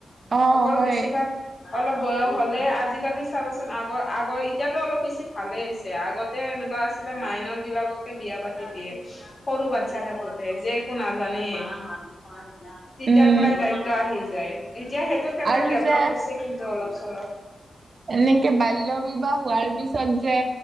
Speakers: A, on the right (about 50°); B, on the left (about 45°).
A: অ',
B: অকল
A: হয়
B: বেছিভাগ। অলপ বয়স হলে আজিকালি চাবাচোন আগৰ আগৰ এতিয়াতো অলপ বেছি ভালে হৈছে আগত। তে এনেকুৱা আছিলে মাইনৰ বিলাককে বিয়া পাতি দিয়ে। সৰু বাচ্ছা থাকোতে যে একো নাজানেই। তেতিয়াৰ
A: উম।
B: পৰাই দায়িত্ব আহি যায় এতিয়া সেইটোৰ ক্ষেত্ৰত
A: আৰু
B: ডেভলপ
A: যে
B: হৈছে কিন্তু। ট অলপ চলপ।
A: এনেকে বাল্য বিৱাহ হোৱাৰ পিছত যে